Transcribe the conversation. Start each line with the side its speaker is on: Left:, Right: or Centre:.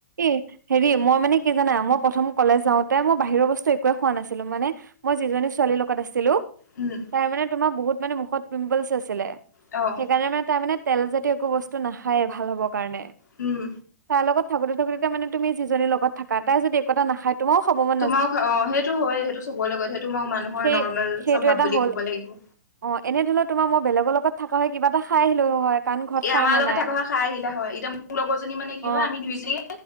Right: এ হেৰি মই মানে কি জানা মই প্ৰথম কলেজ যাওঁতে মই বাহিৰৰ বস্তু একোৱে খোৱা নাছিলো মানে, মই যিজনী ছোৱালীৰ লগত আছিলো।
Left: উম
Right: তাৰ মানে তোমাৰ বহুত মানে মুখত পিম্পলছ আছিলে।
Left: অ,
Right: সেইকাৰণে মানে তাৰ মানে তেল জাতিয় একো বস্তু নাখায়েই ভাল হ'বৰ কাৰণে।
Left: উম
Right: তাইৰ লগত থাকোতে থাকোতে মানে তুমি যিজনীৰ লগত থাকা তাই যদি একো নাখায়, তোমাৰ খাব ম
Left: তোমাক অ সেইটো হয় সেইটো চবৰে লগত সেই তোমাক মানুহৰ
Right: সেই
Left: নৰ্মেল
Right: সেইটো
Left: স্বভাৱ
Right: এটা
Left: বুলি
Right: হ'ল
Left: ক'ব লাগিব।
Right: অ এনে ধৰি ল তোমাৰ মই বেলেগৰ লগত থকা হয় কিবা এটা খাই আহিলোও হয়। কাৰণ ঘৰত
Left: এ
Right: খাই
Left: আমাৰ
Right: অহা
Left: লগত
Right: নাই
Left: থকা হয় খাই আহিলা হয় এতিয়া মোৰ লগৰজনী মানে কি
Right: অ
Left: হয় আমি দুইজনী